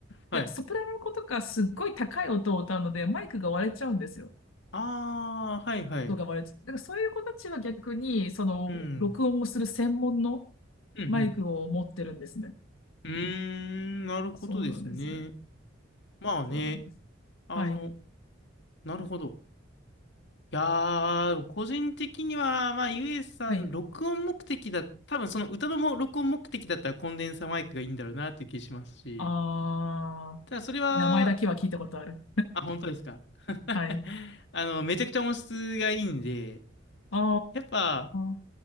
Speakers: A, on the left (about 60°); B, on the left (about 85°).
A: はい。
B: いや、ソプラノの子とかすっごい高い音を歌うので、マイクが割れちゃうんですよ。
A: ああ、はいはい。
B: 音が割れて、だからそういう子たちは逆に、その、
A: うん。
B: 録音をする専門の
A: うん、うん。
B: マイクを持ってるんですね。
A: うーん、なるほどですね。
B: そうなんですね。
A: まあね、
B: そうなんです。
A: あの、
B: はい。
A: なるほど。いやー、でも個人的には、まあ、ゆえさん、
B: はい。
A: 録音目的だ、多分その歌のも録音目的だったらコンデンサーマイクがいいんだろうなっていう気しますし、
B: あ
A: ただそれは、
B: ー、名前だけは聞いたことある。
A: あ、本当ですか。<laughs>
B: はい。
A: あの、めちゃくちゃ音質がいいんで、
B: あ
A: やっぱ、
B: ー、